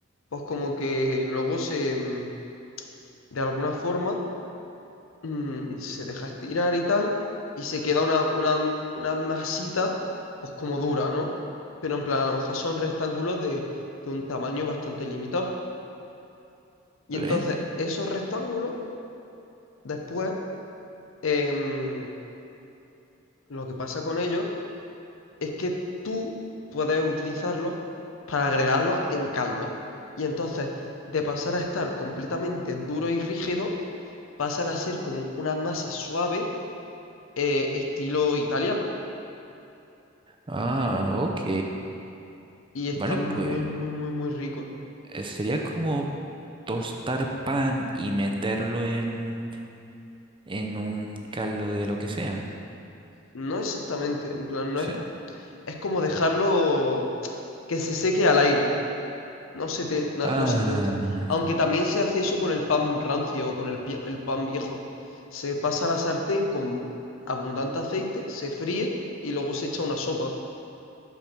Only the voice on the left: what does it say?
pues como que luego se, mm, de alguna forma mm, se deja estirar y tal, y se queda una, una, una masita, pues como dura, ¿no? Pero en plan, a lo mejor son rectángulos de, de un tamaño bastante limitado. Y
entonces, esos rectángulos, después, em, lo que pasa con ellos es que tú puedes utilizarlos para agregarlos en caldo. Y entonces, de pasar a estar completamente duro y rígido, pasan a ser como una masa suave, eh, estilo italiano.
y está
muy,
muy, muy, muy rico.
No exactamente, en plan, no
es, es como dejarlo que se seque al aire, no se te, no,
no se tuesta. Aunque también se hace eso con el pan rancio o con el, pi- el pan viejo. Se pasa a la sartén con abundante aceite, se fríe y luego se echa una sopa,